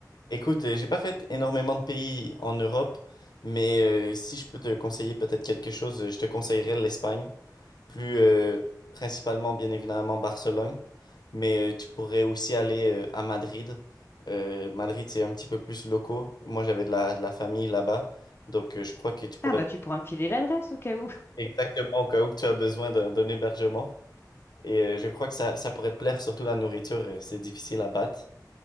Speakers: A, on the left; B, on the left.
A: Écoute, euh, j'ai pas fait énormément de pays en Europe, mais euh, si je peux te conseiller peut-être quelque chose, euh, je te conseillerais l'Espagne. plus euh, principalement bien évidemment Barcelone, mais euh, tu pourrais aussi aller euh, à Madrid. Euh, Madrid, c'est un petit peu plus locaux. Moi, j'avais de la, de la famille là-bas, donc euh, je crois que tu pourrais
B: Ah bah tu pourras me filer l'adresse au cas où.
A: exactement au cas où que tu as besoin d'un d'un hébergement. Et euh, je crois que ça, ça pourrait te plaire, surtout la nourriture, euh, c'est difficile à battre.